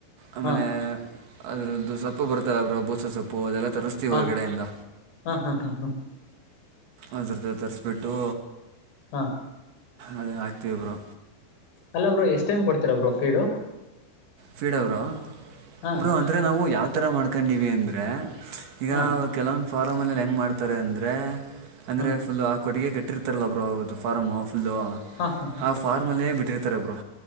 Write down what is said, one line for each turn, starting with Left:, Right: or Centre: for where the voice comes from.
Right: ಆಮೇಲೆ
Left: ಹಾ
Right: ಅದರದ್ದು ಸೊಪ್ಪು ಬರ್ತಲ್ಲಬ್ರು ಬೂಸ ಸೊಪ್ಪು ಅದೆಲ್ಲ ತರಿಸ್ತೀವಿ
Left: ಹಾ
Right: ಹೊರಗಡೆಯಿಂದ
Left: ಹಾ ಹಾ ಹಾ ಹಾ
Right: ಅದರದ್ದು ತರಿಸಿಬಿಟ್ಟು
Left: ಹಾ
Right: ಅದನ್ನು ಹಾಕ್ತೀವಿಬರು
Left: ಅಲ್ಲಬ್ರು ಎಷ್ಟ್ ಟೈಮ್ ಕೊಡ್ತೀರಬ್ರು ಫೀಡು
Right: ಫೀಡ ಅವರು
Left: ಹಾ
Right: ಬರು ಅಂದರೆ ನಾವು ಯಾವ ಥರ ಮಾಡ್ಕೊಂಡಿವವಿ ಅಂದರೆ ಈಗ
Left: ಹಾ
Right: ಕೆಲವೊಂದು ಫಾರಂಲ್ಲಿಲ್ಲಿ ಹೆಂಗೆ ಮಾಡ್ತಾರೆ ಅಂದರೆ ಅಂದರೆ
Left: ಹಾ
Right: ಫುಲ್ ಕೊಡುಗೆ ಕಟ್ಟಿರ್ತಾರಲ್ಲಬ್ರುದು ಫಾರ್ಮ್ ಫುಲ್ಲು
Left: ಹಾ ಹಾ
Right: ಆ ಫಾರ್ಮಲ್ಲೇ ಬಿಟ್ಟಿರ್ತಾರೆ ಒಬ್ರು